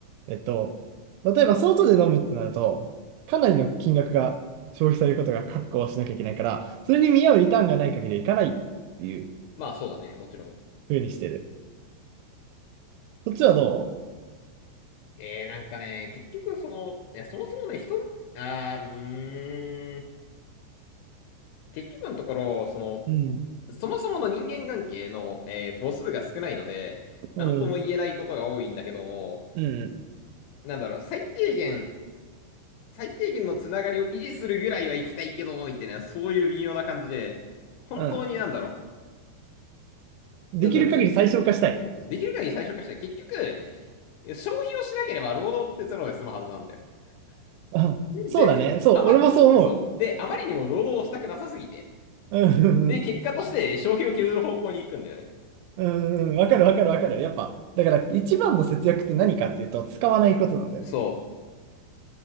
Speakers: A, on the right; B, on the left.
A: えっと、例えば外で飲むってなると、かなりの金額が消費されることが確保しなきゃいけないから、それに見合うリターンがない限り行かないっていう
B: まあそうだね、もちろん。
A: 風にしてる。そっちはど
B: えー、なんかね、結局その、いや、そもそもね、人、あー、うーん。結局のところ、その、
A: ううん。
B: そもそもの人間関係の、えー母数が少ないので、なんとも言えないことが多いんだけども、
A: うん。うん。
B: なんだろう、最低限、最低限のつながりを維持するぐらいは行きたいけど、みたいな、そういう微妙な感じで、本当になんだろ
A: うん。できる限り最小化したい。
B: う、なんだろう、け、できる限り最小化したい。結局、消費をしなければ労働ってゼロで済むはずなんだよ。
A: あ、
B: <laughs>
A: そうだね。
B: で、
A: そう、
B: あまり、
A: 俺もそう思
B: そう。で、あまりにも労働をしたくなさすぎて。
A: う。うん、
B: で、
A: うん、
B: 結果として消費を削る方向に行くんだよね。
A: うんうん、わかるわかるわかる。やっぱ、だから一番の節約って何かっていうと、使わないことなんだよね。
B: そう。